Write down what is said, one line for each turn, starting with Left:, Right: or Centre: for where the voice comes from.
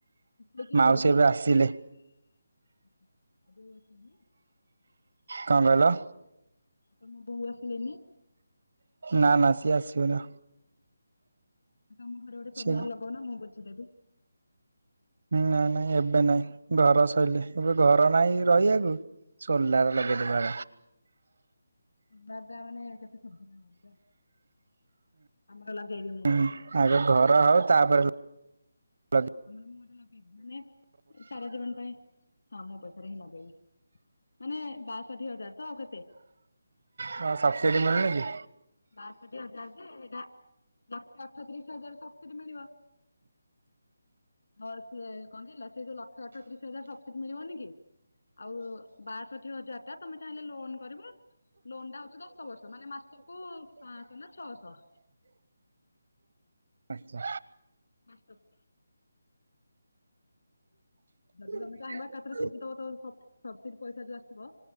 Left: ରୋଷେଇ କିଏ
Right: ମାଉସୀ
Left: କରୁଛି
Right: ଏବେ ଆସିଲେ
Left: ଦେ ଆଉ ବୋଉ ଆସିବେନି।
Right: କଣ କହିଲ?
Left: ତମ ବୋହୁ ଆସିଲେନି।
Right: ନା ନା ସିଏ ଆସିବ ନା।
Left: ଆ ତମ ଘରେ ଗୋଟେ ସୋଲାର
Right: ସେ
Left: ଲଗଉନା ମୁଁ ବୁଝି ଦେବି।
Right: ହଁ ନା ନାହିଁ ଏବେ ନାଇଁ ଘର ସଇଲେ ଏବେ ଘର ନାହିଁ ରହିବାକୁ। ସୋଲାର ଲଗେଇ ଦବା
Left: ଦାଦା ମାନେ କେତେ ସୁବିଧା ନାଁ ଆମର ଲଗେଇବି ମୁଁ
Right: ହୁଁ
Left: ଗୋଟେ।
Right: ଆଗ ଘର ହଉ ତାପରେ ଲଗେଇ
Left: ଆମର ମୁଁ ଗୋଟେ ଲଗେଇବି ମାନେ ସାରା ଜୀବନ ପାଇଁ ହଁ ମୋ ପଇସାରେ ହିଁ ଲଗେଇବି। ମାନେ ବାଷଠି ହଜାର ତ ଆଉ କେତେ?
Right: ତମର ସବ୍ ସିଡ଼ି ମିଳୁନି କି?
Left: ବାଷଠି ହଜାରରେ ଜେ ହେଲେ ଲକ୍ଷେ ଅଠତିରିଶ ହଜାରେ ସବସିଡି ମିଳିବ। ହଁ ସିଏ କହନ୍ତୀ ଲସେ ଯୋଉ ଲକ୍ଷେ ଅଠତିରିଶ ହଜାର ସବସିଡି ମିଳିବନି କି? ଆଉ ବାଷଠି ହଜାର ଟା ତମେ ଚାହିଁଲେ ଲୋନ କରିବ ଲୋନ୍ ଟା ହଉଛି ଦଶ ବର୍ଷ ମାନେ ମାସକୁ ପାଆଁସହ ନ ଛଅଶହ।
Right: ଆଚ୍ଛା
Left: ମାସକୁ। ଯଦି
Right: ହୁଁ
Left: ତମେ ଚାହିଁବା ଏକାଥରେ ସୁଝିଦବ ସବସିଡି ପଇସା ଯୋଉ ଆସିବ